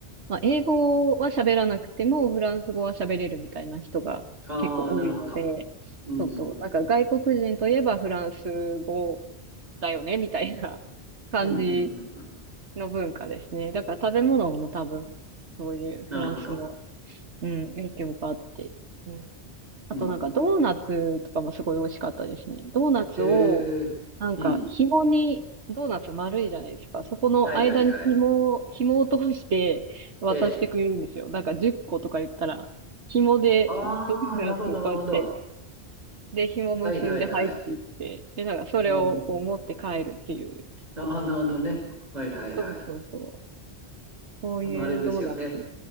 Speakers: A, on the right; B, on the right.
A: まあ、英語は喋らなくても、フランス語は喋れるみたいな人が結構多いので、
B: ああ、なるほど。うん、
A: そうそう。
B: うん、うん。
A: なんか外国人といえばフランス語だよね、みたいな <laughs> 感じ
B: うん、うん、うん。うん
A: の文化ですね。だから食べ物も多分、そういうフランスの、
B: なるほど。
A: うん、影響があって。うん。あとなんかドーナツとかもすごい美味しかったですね。
B: うん、なるほど。
A: ドーナツを、
B: へえ。
A: なんか、
B: うん。
A: 紐に、ドーナツ丸いじゃないですか。そこの間に紐を、
B: はい、はい、はい。
A: 紐を通して渡してくれるんですよ。
B: ええ。
A: なんか10個とか言ったら、紐でドーナツをこうやって、
B: ああ、なるほど、なるほど。
A: で、紐結んで入っていって、
B: はい、はい、はい。
A: で、なんかそれをこう持って帰るっていう。
B: うん。ああ、なるほどね。はい、はい、はい。
A: そうそうそう。そういうドーナツ。
B: あの、あれですよね。